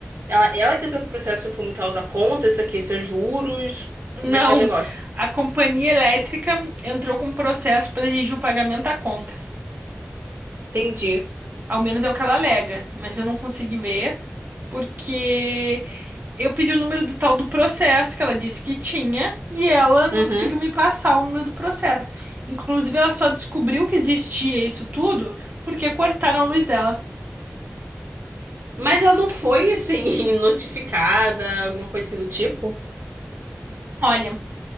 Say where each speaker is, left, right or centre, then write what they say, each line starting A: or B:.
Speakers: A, on the right; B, on the right.
A: Ela, ela que entrou com o processo que foi muito alta conta, isso aqui, isso é juros. Como
B: Não,
A: é que é o negócio?
B: a companhia elétrica entrou com processo para exigir o pagamento da conta.
A: Entendi.
B: Ao menos é o que ela alega, mas eu não consegui ver porque eu pedi o número do tal do processo que ela disse que tinha e ela não
A: Uhum.
B: conseguiu me passar o número do processo. Inclusive, ela só descobriu que existia isso tudo porque cortaram a luz dela.
A: Mas ela não foi, assim, <laughs> notificada, alguma coisa assim do tipo?
B: Olha,